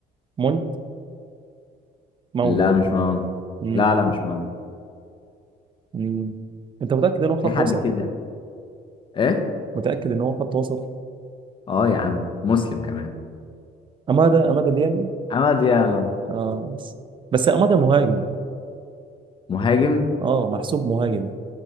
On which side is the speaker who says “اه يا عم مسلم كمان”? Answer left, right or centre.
Left